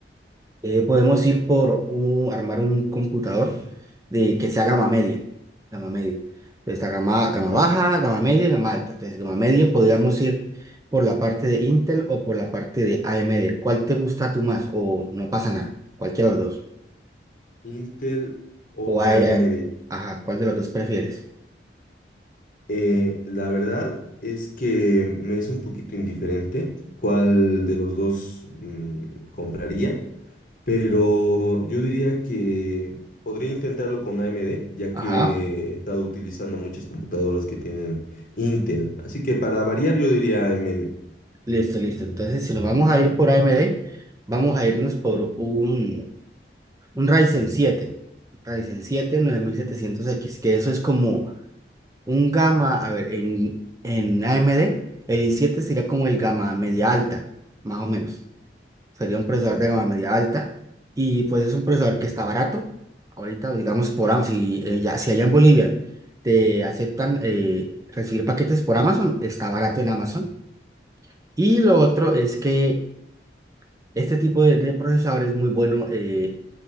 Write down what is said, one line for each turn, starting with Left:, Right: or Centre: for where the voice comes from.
Right: Eh, podemos ir por un, armar un computador de, que sea gama media. Gama media. Pues Está gama,
Left: ¿Ya?
Right: gama baja, gama media y gama alta. Entonces, gama media podríamos ir por la parte de Intel o por la parte de AMD. ¿Cuál te gusta tú más? O no pasa nada. Cualquiera de los dos.
Left: Intel o
Right: O hay,
Left: AMD.
Right: eh, ajá, ¿cuál de los dos prefieres?
Left: Eh, la verdad es que me es un poquito indiferente cuál de los dos mm, compraría, pero yo diría que podría intentarlo con AMD, ya
Right: Ajá.
Left: que he estado utilizando muchas computadoras que tienen Intel. Así que para variar yo diría AMD.
Right: Listo, listo. Entonces, si nos vamos a ir por AMD, vamos a irnos por un, un Ryzen siete Ryzen siete nueve mil setecientos x que eso es como Un gamma, a ver, en, en AMD, el i7 sería como el gamma media alta, más o menos. Sería un procesador
Left: Ya.
Right: de gama media alta. Y pues es un procesador que está barato. Ahorita, digamos, por Amazon, si, eh, ya, si allá en Bolivia te aceptan eh, recibir paquetes por Amazon, está barato en Amazon. Y lo otro es que este tipo de, de procesador es muy bueno, eh,